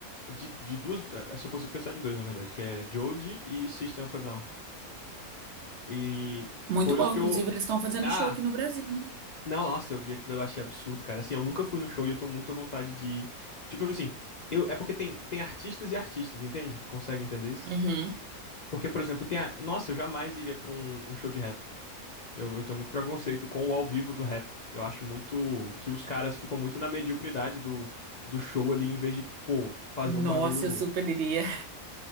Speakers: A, on the left; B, on the right.
A: De, de duas, é, assim, eu consigo pensar de dois, na verdade, que é Joji e System of a Down. E
B: Muito
A: foi
B: bom,
A: os que
B: inclusive
A: eu.
B: eles estão fazendo
A: Ah!
B: show aqui no Brasil, né?
A: Não, nossa, eu vi aquilo, eu achei absurdo, cara. Assim, eu nunca fui no show e eu tô muito à vontade de ir. Tipo assim, eu, é porque tem, tem artistas e artistas, entende? Consegue entender isso?
B: Uhum.
A: Porque, por exemplo, tem a... Nossa, eu jamais iria pra um, um show de rap. Eu, eu tenho muito preconceito com o ao vivo do rap. Eu acho muito que os caras ficam muito na mediocridade do, do show ali, em vez de, pô, fazer
B: Nossa,
A: um bagulho
B: eu super iria.